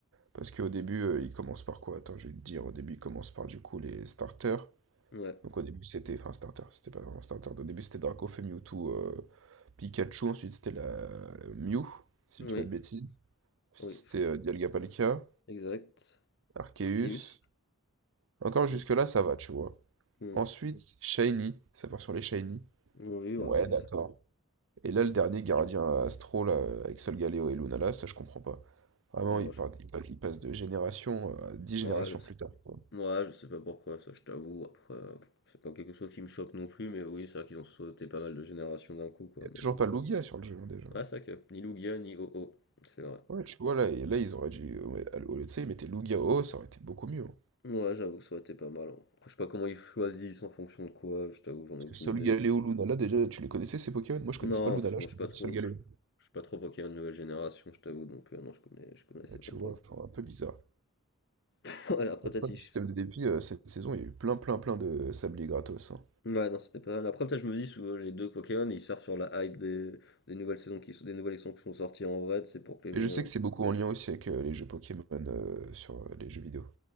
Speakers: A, on the right; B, on the left.
A: Parce qu'au début, euh, ils commencent par quoi? Attends, je vais te dire. Au début, ils commencent par du coup les starters.
B: va. Ouais,
A: Donc au début, c'était. Enfin, starter, c'était pas vraiment starter. Au début, c'était Dracaufeu, Mewtwo, euh, Pikachu. Ensuite, c'était la euh, Mew, si
B: oui,
A: je dis pas de bêtises. C'était
B: oui,
A: euh, Dialga-Palkia,
B: exact.
A: Arceus.
B: Arceus.
A: Encore jusque-là,
B: Mm,
A: ça va, tu vois.
B: mm.
A: Ensuite, Shiny. Ça part sur les Shiny.
B: Oui, ouais,
A: Ouais,
B: ouais, il-
A: d'accord.
B: c'est-
A: Et là, le dernier gardien Astro, là, avec Solgaleo et Luna, là, ça, je comprends pas. Vraiment,
B: ouais,
A: il,
B: je...
A: part- il pa- il passe de génération à dix générations
B: ouais, je sais
A: plus tard. quoi.
B: ouais, je sais pas pourquoi, ça je t'avoue. Après, euh, c'est pas quelque chose qui me choque non plus, mais oui, c'est vrai qu'ils ont sauté pas mal de générations d'un coup, quoi.
A: Il n'y a toujours
B: Mais bon.
A: pas Lugia sur le jeu, hein, déjà.
B: Ouais, c'est vrai que ni Lugia ni Ho-Oh, c'est vrai.
A: Ouais, tu vois, là, et là ils auraient dû. ouais, à- au lieu de ça, ils mettaient Lugia au haut, ça aurait été beaucoup mieux. hein.
B: Ouais, j'avoue, ça aurait été pas mal. hein. Je sais pas comment ils choisissent en fonction de quoi, je t'avoue, j'en
A: Parce
B: ai aucune
A: que Solgaleo
B: idée.
A: Lunala, déjà, tu les connaissais, ces Pokémon? Moi, je connaissais
B: Non,
A: pas Lunala,
B: parce que moi,
A: je
B: je
A: connaissais
B: suis pas trop.
A: Solgaleo
B: Je suis pas trop Pokémon nouvelle génération, je t'avoue, donc euh, non, je connais, je connaissais
A: Ouais, tu
B: pas de
A: vois,
B: bol.
A: enfin, un peu bizarre.
B: <laughs> Ouais, après,
A: Après,
B: peut-être ils-
A: le système de défi, euh, cette saison, il y a eu plein, plein, plein de sabliers gratos. hein.
B: Ouais, non, c'était pas mal. Après, peut-être je me dis, souvent, les deux Pokémon, ils servent sur la hype des, des nouvelles saisons qui sont, des nouvelles saisons qui sont sorties en vrai, c'est pour que les gens.
A: Et je sais que
B: euh,
A: c'est beaucoup en lien aussi avec euh, les jeux Pokémon euh, sur euh, les jeux vidéo.